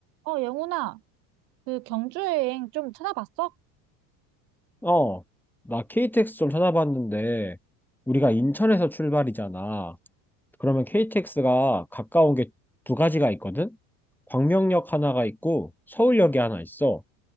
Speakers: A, on the right (about 80°); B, in the centre.
A: 어, 영훈아, 그 경주 여행 좀 찾아봤어?
B: 어, 나 KTX 좀 찾아봤는데, 우리가 인천에서 출발이잖아. 그러면 KTX가 가까운 게 두 가지가 있거든? 광명역 하나가 있고, 서울역이 하나 있어.